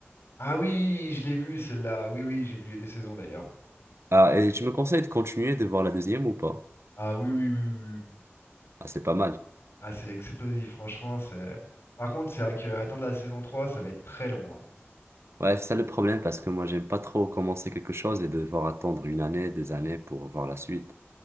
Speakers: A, on the left; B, on the right.
A: Ah oui, je l'ai vu celle-là. Oui, oui, j'ai vu les deux saisons d'ailleurs.
B: Ah, et tu me conseilles de continuer de voir la deuxième ou pas?
A: Ah oui, oui, oui, oui. oui. oui.
B: Ah, c'est pas mal.
A: Ah, c'est explosif, franchement, c'est. Par contre, c'est vrai que attendre la saison 3 ça va être très long, hein.
B: Ouais, c'est ça le problème parce que moi, j'aime pas trop commencer quelque chose et devoir attendre une année, deux années pour voir la suite.